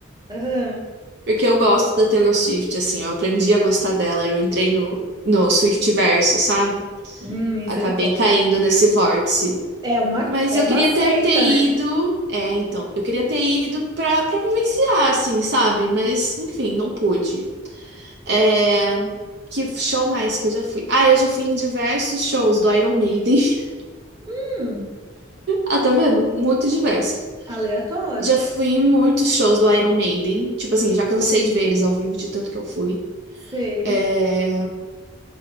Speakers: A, on the right (about 20°); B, on the right (about 55°).
A: aham.
B: porque eu gosto da Taylor Swift, assim, eu aprendi a gostar dela, eu entrei no, no Swiftiverso, sabe?
A: Hum, misericórdia.
B: Acabei caindo nesse vórtice.
A: É uma,
B: Mas
A: é
B: eu
A: uma
B: queria
A: seita,
B: ter, ter ido.
A: né?
B: É, então, eu queria ter ido pra, pra vivenciar, assim, sabe? Mas, enfim, não pude. É, Que show mais que eu já fui? Ah, eu já fui em diversos shows do Iron Maiden. <laughs>
A: Hum,
B: Ah, tá vendo? Muito diverso.
A: aleatório.
B: Já fui em muitos shows do Iron Maiden. Tipo assim, já cansei de ver eles ao vivo, de tanto que eu fui.
A: Sei.
B: É,